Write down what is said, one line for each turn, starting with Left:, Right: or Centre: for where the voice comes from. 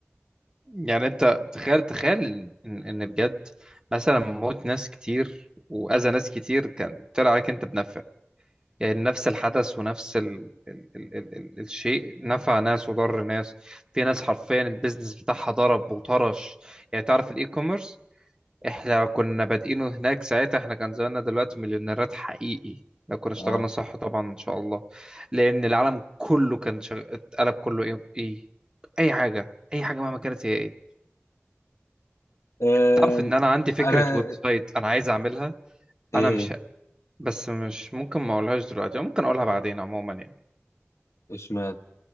Right: يعني انت تخيل تخيل ان ان بجد مثلا موت ناس كتير واذى ناس كتير كان طلع عليك انت بنفع يعني نفس الحدث ونفس ال... ال... ال... ال... ال... الشيء نفع ناس وضر ناس في ناس حرفيا البيزنس بتاعها ضرب وطرش يعني تعرف الاي كوميرس احنا كنا بادئينه هناك ساعتها احنا كان زماننا دلوقتي مليونيرات حقيقي لو كنا اشتغلنا
Left: اه
Right: صح طبعا ان شاء الله لان العالم كله كان شغ... اتقلب كله ايه ايه اي حاجه اي حاجه مهما كانت هي ايه
Left: آم،
Right: تعرف ان انا عندي فكره
Left: انا
Right: ويب سايت انا عايز اعملها
Left: ايه
Right: انا مش بس مش ممكن ما اقولهاش دلوقتي أو ممكن اقولها بعدين عموما يعني
Left: اشمعنى